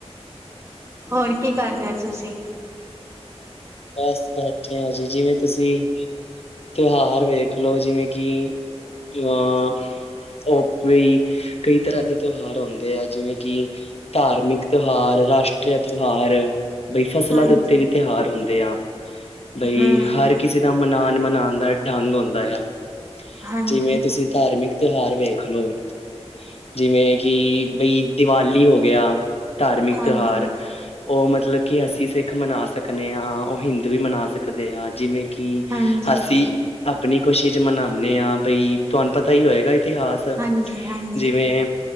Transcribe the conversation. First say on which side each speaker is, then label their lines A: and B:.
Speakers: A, on the right (about 25°); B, on the left (about 60°).
A: ਹੋਰ ਕੀ ਕਰ ਰਹੇ ਤੁਸੀਂ
B: ਬਸ ਬੈਠੇ ਆ ਜੀ ਜਿਵੇਂ ਤੁਸੀਂ ਤਿਉਹਾਰ ਵੇਖ ਲਓ ਜਿਵੇਂ ਕਿ ਅਹ ਓਪ ਵੀ ਕਈ ਤਰ੍ਹਾਂ ਦੇ ਤਿਉਹਾਰ ਹੁੰਦੇ ਆ ਜਿਵੇਂ ਕਿ ਧਾਰਮਿਕ ਤਿਉਹਾਰ ਰਾਸ਼ਟਰੀ ਤਿਉਹਾਰ ਬਈ ਫਸਲਾਂ
A: ਹਾਂਜੀ,
B: ਦੇ ਉੱਤੇ ਵੀ ਤਿਉਹਾਰ ਹੁੰਦੇ ਆ ਬਈ
A: ਹੂੰ,
B: ਹਰ ਕਿਸੇ ਦਾ ਮਨਾਓਣ ਮਨਾਉਣ ਦਾ ਢੰਗ ਹੁੰਦਾ ਆ
A: ਹਾਂਜੀ।
B: ਜਿਵੇਂ ਤੁਸੀਂ ਧਾਰਮਿਕ ਤਿਉਹਾਰ ਵੇਖ ਲਓ ਜਿਵੇਂ ਕਿ ਬਈ ਦੀਵਾਲੀ ਹੋ ਗਿਆ ਧਾਰਮਿਕ
A: ਹਾਂਜੀ,
B: ਤਿਉਹਾਰ ਉਹ ਮਤਲਬ ਕਿ ਅਸੀਂ ਸਿੱਖ ਮਨਾ ਸਕਦੇ ਹਾਂ ਉਹ ਹਿੰਦੂ ਵੀ ਮਨਾ ਸਕਦੇ ਆ ਜਿਵੇਂ ਕਿ
A: ਹਾਂਜੀ,
B: ਹਸੀ ਆਪਣੀ ਖੁਸ਼ੀ ਚ ਮਨਾਉਦੇ ਹਾਂ ਬਈ ਤੁਹਾਨੂੰ ਪਤਾ ਹੀ ਹੋਏਗਾ ਇਤਿਹਾਸ
A: ਹਾਂਜੀ, ਹਾਂਜੀ।
B: ਜਿਵੇਂ